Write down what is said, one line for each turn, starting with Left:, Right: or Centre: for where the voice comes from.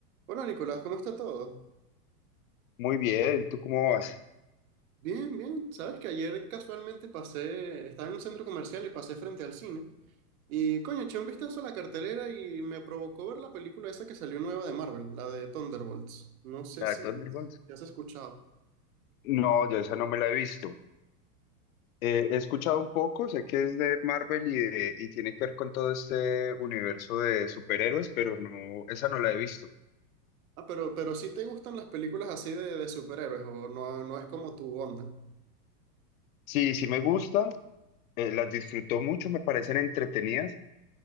Right: Hola Nicolás, ¿cómo está todo?
Left: Muy bien, ¿tú cómo vas?
Right: Bien, bien. Sabes que ayer casualmente pasé, estaba en un centro comercial y pasé frente al cine. Y coño, eché un vistazo a la cartelera y me provocó ver la película esa que salió nueva de Marvel, la de Thunderbolts. No sé
Left: La
Right: si,
Left: de Thunderbolts.
Right: si has escuchado.
Left: No, yo esa no me la he visto. Eh, he escuchado un poco, sé que es de Marvel y, de- y tiene que ver con todo este universo de superhéroes, pero no, esa no la he visto.
Right: Ah, pero, pero sí te gustan las películas así de, de superhéroes o no, no es como tu onda.
Left: Sí, sí me gustan, eh, las disfruto mucho, me parecen entretenidas.